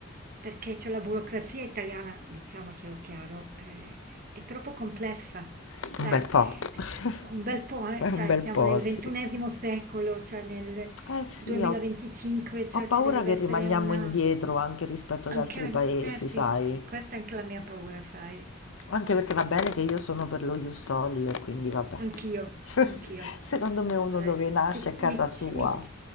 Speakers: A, on the right; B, on the left.
A: Perché c'è la burocrazia italiana, diciamocelo chiaro, eh, è troppo complessa.
B: Sì,
A: Cioè,
B: un bel po'.
A: s-
B: <laughs>
A: un bel po', eh?
B: È
A: Cioè,
B: un bel
A: siamo
B: po',
A: nel
B: sì.
A: ventunesimo secolo, cioè nel
B: Eh sì,
A: 2025,
B: ho, ho
A: cioè
B: paura
A: ci dovrebbe
B: che
A: essere
B: rimaniamo
A: una...
B: indietro anche rispetto ad
A: Anche,
B: altri paesi,
A: eh sì,
B: sai?
A: questa è anche la mia paura, sai.
B: Anche perché va bene che io sono per lo Ius Soli e quindi vabbè.
A: Anch'io,
B: <laughs>
A: anch'io.
B: Secondo me uno
A: Cioè,
B: dove nasce
A: ci
B: è casa
A: mi
B: sua.
A: ci mi